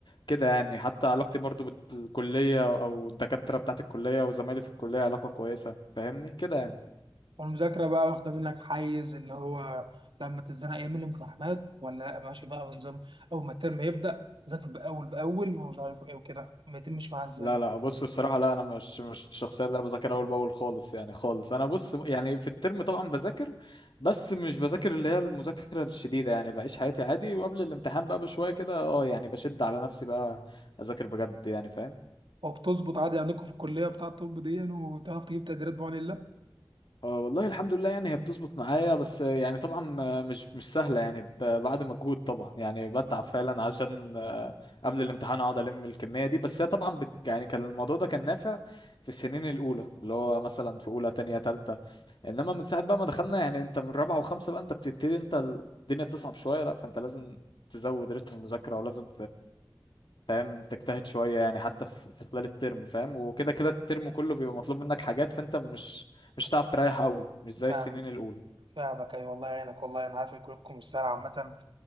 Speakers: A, on the left; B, on the right.
A: كده يعني حتى علاقتي برضو بالكليه او الدكاتره بتاعت الكليه وزمايلي في الكليه علاقه كويسه فاهمني كده يعني
B: والمذاكرة بقى واخدة منك حيز اللي هو لما تتزنق يوم الامتحانات ولا لا ماشي بقى بنظام أول ما الترم يبدأ ذاكر بأول بأول ومش عارف إيه وكده ما يتمش معاها إزاي
A: لا لا بص الصراحة لا أنا مش مش الشخصية اللي أنا بذاكر أول بأول خالص يعني خالص أنا بص يعني في الترم طبعا بذاكر بس مش بذاكر اللي هي المذاكرة الشديدة يعني بعيش حياتي عادي وقبل الامتحان بقى بشوية كده أه يعني بشد على نفسي بقى أذاكر بجد يعني فاهم
B: وبتظبط عادي عندكم في الكلية بتاع الطب دي يعني، وتعرف تجيب تقديرات بعون الله
A: آه، والله الحمد لله يعني هي بتظبط معايا بس آه، يعني طبعا آه، مش مش سهلة يعني ب- بعد مجهود طبعا يعني بتعب فعلا عشان آه، قبل الامتحان اقعد الم الكمية دي بس هي طبعا بت يعني كان الموضوع ده كان نافع في السنين الأولى اللي هو مثلا في أولى تانية تالتة انما من ساعة بقى ما دخلنا يعني انت من رابعة وخمسة بقى انت بتبتدي انت الدنيا تصعب شوية لا فانت لازم تزود رتم المذاكرة ولازم فاهم تجتهد شوية يعني حتى في في خلال الترم فاهم وكده كده الترم كله بيبقى مطلوب منك حاجات فانت مش مش هتعرف تريح قوي مش زي
B: فاهم
A: السنين الأولى
B: فاهمك أيوة والله يعينك والله أنا عارف إن كلكم مش سهلة عامة